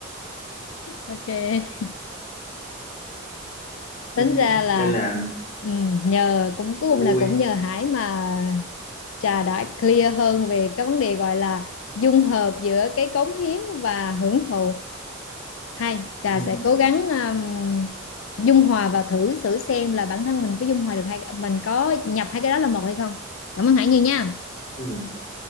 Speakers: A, on the left (about 75°); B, on the left (about 40°).
A: Ok.
B: ừ,
A: tính ra là
B: nên là
A: ừm, nhờ cũng cuối
B: vui
A: cùng là cũng nhờ Hải mà Trà đã clear hơn về cái vấn đề gọi là dung hợp giữa cái cống hiến và hưởng thụ hay Trà
B: ừ.
A: sẽ cố gắng ừm, dung hòa và thử thử xem là bản thân mình có dung hòa được hay mình có nhập hai cái đó là một hay không cảm ơn Hải nhiều nha
B: ừ.